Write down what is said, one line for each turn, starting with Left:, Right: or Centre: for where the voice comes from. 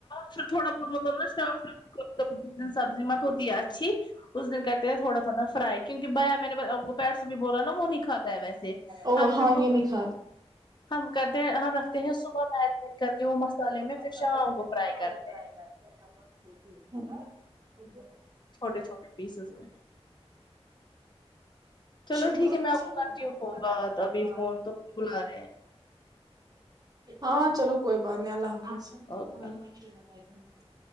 Left: پھر تھوڑا بہت مطلب نا شام ش د سبزی مت ہوتی ہے اچھی اس دن کرتے ہیں تھوڑا تھوڑا فرائی کیونکہ بیا میں نے آ کو پیر بھی بولا نا وہ نہیں کھاتا ہے ویسے
Right: او
Left: ہم
Right: ہاں
Left: پھر
Right: یہ نہیں کھاتے
Left: ہم کرتے ہیں ہم رکھتے ہیں صبح کر کے وہ مسالے
Right: وہ
Left: میں
Right: مسالے
Left: پھر شام
Right: میں
Left: کو
Right: پ
Left: فرائی
Right: کیاگ
Left: کرتے
Right: فرائی
Left: ہیں
Right: کرتے ہیں ہ ج جو
Left: چھوٹے چھوٹے پیسز میں چلو
Right: شبندر
Left: ٹھیک ہے میں آپ کو کرتی ہوں فون بات
Right: ہوگا
Left: ابھی فون تو بلا رہے ہیں
Right: ہاں چلو کوئی بات نہیں اللہ آ
Left: اوکے
Right: ما
Left: اللہ
Right: <unintelligible>